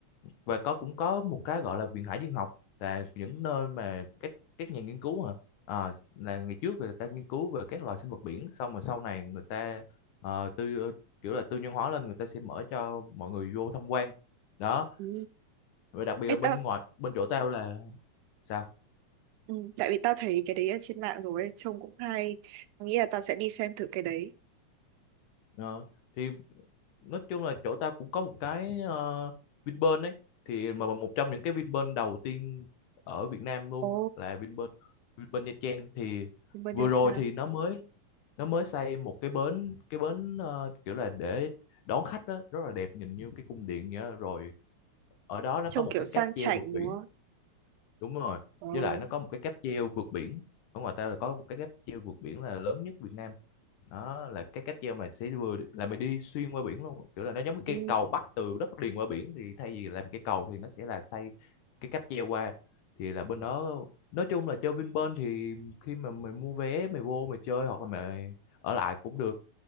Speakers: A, on the left; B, on the right.
A: và có cũng có một cái gọi là viện hải dương học là những nơi mà các các nhà nghiên cứu hả Ờ, là ngày trước người ta nghiên cứu về các loài sinh vật biển xong rồi sau này người ta ờ, tư ờ, kiểu là tư nhân hóa lên người ta sẽ mở cho mọi người vô tham quan đó
B: Ừ.
A: và đặc biệt là
B: Ê,
A: bên
B: tao,
A: ngoài bên chỗ tao là sao
B: ừ, tại vì tao thấy cái đấy ở trên mạng rồi ấy, trông cũng hay. Tao nghĩ là tao sẽ đi xem thử cái đấy.
A: Ờ, thì nói chung là chỗ ta cũng có một cái ờ, Vinpearl ấy thì mà mà một trong những cái Vinpearl đầu tiên ở Việt Nam luôn
B: Ồ,
A: là Vinpearl Vinpearl Nha Trang thì
B: bên
A: vừa
B: Nha
A: rồi
B: Trang.
A: thì nó mới nó mới xây một cái bến cái bến ờ, kiểu là để đón khách đó rất là đẹp nhìn như cái cung điện vậy đó. rồi ở đó nó
B: Trông
A: có một
B: kiểu
A: cái
B: sang
A: cáp
B: chảnh
A: treo vượt biển
B: đúng không?
A: đúng rồi
B: Ồ,
A: với lại nó có một cái cáp treo vượt biển ở ngoài ta là có một cái cáp treo vượt biển là lớn nhất Việt Nam đó là cái cáp treo mà sẽ vừa là mày đi xuyên qua biển luôn kiểu là nó giống như cây
B: ừ,
A: cầu bắc từ đất liền qua biển thì thay vì làm cây cầu thì nó sẽ là xây cái cáp treo qua thì là bên đó nói chung là chơi Vinpearl thì khi mà mày mua vé mày vô mày chơi hoặc là mày ở lại cũng được